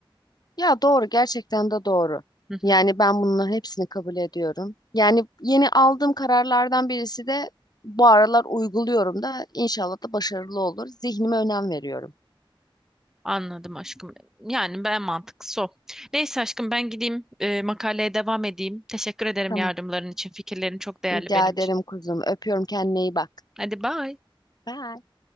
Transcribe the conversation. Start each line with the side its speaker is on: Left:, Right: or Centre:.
Left: Ya doğru gerçekten de doğru.
Centre: Hı hı.
Left: Yani ben bunların hepsini kabul ediyorum. Yani yeni aldığım kararlardan birisi de bu aralar uyguluyorum da inşallah da başarılı olur. Zihnime önem veriyorum.
Centre: Anladım aşkım. Yani ben mantıklısı o. Neyse aşkım ben gideyim eee, makaleye devam edeyim. Teşekkür ederim
Left: Tamam.
Centre: yardımların için. Fikirlerin çok değerli
Left: Rica
Centre: benim
Left: ederim
Centre: için.
Left: kuzum. Öpüyorum kendine iyi bak.
Centre: Hadi bye.
Left: Bye.